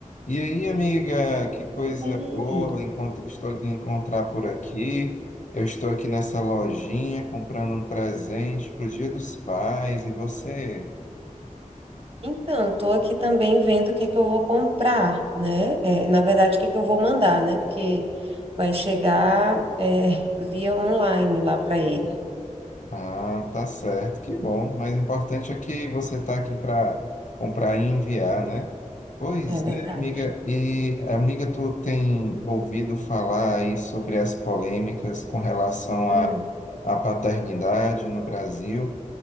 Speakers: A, on the left; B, on the right.
A: E aí, amiga, que coisa
B: Sim.
A: boa encont- estou encontrar por aqui. Eu estou aqui nessa lojinha comprando um presente para o Dia dos Pais. E você?
B: Então, estou aqui também vendo o que é que eu vou comprar, né? É, na verdade, o que é que eu vou mandar, né? Porque vai chegar é, <laughs> via online lá para ele.
A: Ah, tá certo, que bom. Mas o importante é que você está aqui para comprar e enviar, né? Pois
B: É verdade.
A: é, amiga. E, amiga, tu tem ouvido falar aí sobre as polêmicas com relação à
B: Hum.
A: à paternidade no Brasil?